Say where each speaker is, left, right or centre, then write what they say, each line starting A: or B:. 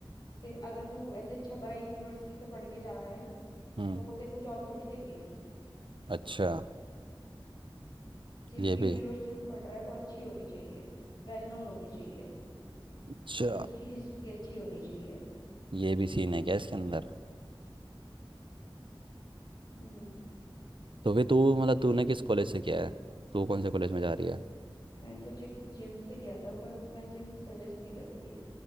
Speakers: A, on the left; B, on the right.
A: फिर अगर तू ऐसे छपरा यूनिवर्सिटी से पढ़ के जा रहा है
B: हम्म
A: तो वो तेरे को जॉब थोड़ी देंगे
B: अच्छा
A: जिस
B: ये
A: भी
B: भी
A: यूनिवर्सिटी में पढ़ रहा है वो अच्छी होनी चाहिए वेल नोन होनी चाहिए
B: अच्छा
A: उसकी हिस्ट्री अच्छी होनी चाहिए
B: ये भी सीन है क्या इसके अंदर
A: हम्म
B: तो फिर तू मतलब तूने किस कॉलेज से किया है तू कौन से कॉलेज में जा रही है
A: मैंने तो जे जिम से किया था पर मैं जिम सजेस्ट नहीं करूंगी